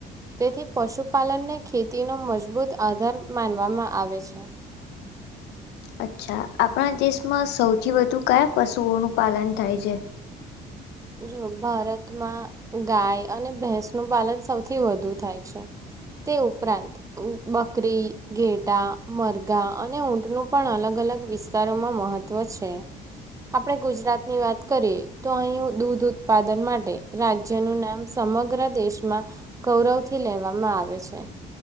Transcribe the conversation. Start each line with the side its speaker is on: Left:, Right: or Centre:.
Right: તેથી પશુપાલનને ખેતીનો મજબૂત આધાર માનવામાં આવે છે.
Left: અચ્છા, આપણા દેશમાં સૌથી વધુ કયા પશુઓનું પાલન થાય છે?
Right: જો ભારતમાં ગાય અને ભેંસ નું પાલન સૌથી વધુ થાય છે. તે ઉપરાંત. બકરી, ઘેટાં, મરઘાં અને ઊંટનું પણ અલગ-અલગ વિસ્તારોમાં પાલન કરવામાં આવે છે. વિસ્તારોમાં તેનું મહત્વ છે. આપણે ગુજરાતની વાત કરીએ તો અહીં... દૂધ ઉત્પાદન માટે ગુજરાત સમગ્ર દેશમાં ગૌરવથી લેવામાં આવે છે.